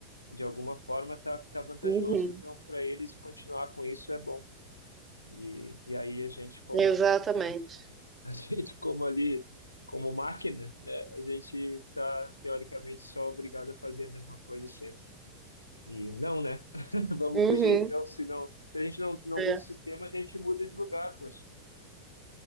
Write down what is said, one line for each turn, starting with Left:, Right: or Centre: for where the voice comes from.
Left: de alguma forma está tá tá vantajoso,
Right: Uhum.
Left: então para eles continuar com isso é bom. E, e aí a gente como,
Right: Exatamente.
Left: né, <laughs> a gente como ali, como máquina, né, a gente está teoricamente só obrigado a fazer a mesma coisa sempre. E não, né? <laughs> Vamos
Right: Uhum.
Left: fugir, então, se não, se a gente não, não
Right: É.
Left: muda o sistema, a gente muda de lugar, poxa,